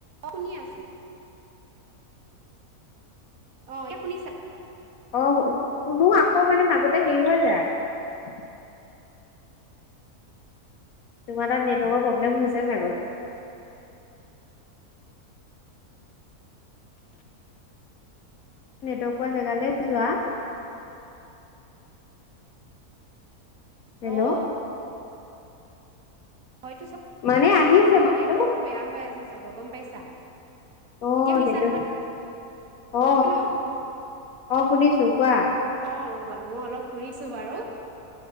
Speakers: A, on the right; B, on the left.
A: অ'শুনি আছোঁ। অ' এ শুনিছা?
B: অ' শু শুনো আকৌ মানে মাজতে হেৰি হৈ যায়। তোমাৰ তাত নেটৱৰ্কৰ প্ৰব্লেম হৈছে ছাগৈ? নেটৱৰ্ক পোৱা জেগালৈ যোৱা। হেল্ল'
A: অঁ হয়তো নেটৱৰ্কটো
B: মানে আহিছে মাতটো
A: বেয়া হৈ আছে। চাব গম পাইছা?
B: অ
A: এতিয়া মিছা
B: নেটৱৰ্ক
A: নহয়।
B: অ',
A: ন
B: অ' শুনিছোঁ কোৱা।
A: অ' ৰবা মই অলপ ফুৰিছো বাৰু।